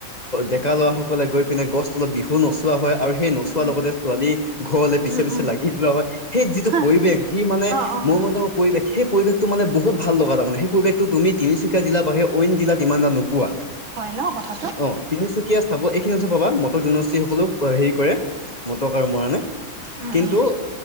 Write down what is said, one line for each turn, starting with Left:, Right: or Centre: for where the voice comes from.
Left: ডেকা ল'ৰা সকলে গৈ পিনে গছ তলত বিহু নচোৱা হয় আৰু সেই নচোৱাৰ
Right: উম উম
Left: লগতে ছোৱালী ঘৰলে পিছে
Right: উম
Left: পিছে
Right: উম।
Left: লাগি যোৱা হয়। সেই যিটো
Right: হা
Left: পৰিৱেশ যি মানে
Right: অ', অ',
Left: মোৰ মতে পৰিৱেশ, সেই পৰিৱেশটো মানে বহুত ভাল লগা তাৰ মানে, সেই পৰিৱেশটো তুমি তিনিচুকীয়া জিলা বাহিৰে অইন জিলাত ইমান এটা নোপোৱা।
Right: হয় ন কথা
Left: অঁ তিনিচুকীয়া চাব এইখিনিটো পাবা মটক জনগোষ্ঠী সকলো হেৰি কৰে। মটক আৰু মৰাণে।
Right: উম।
Left: কিন্তু
Right: উম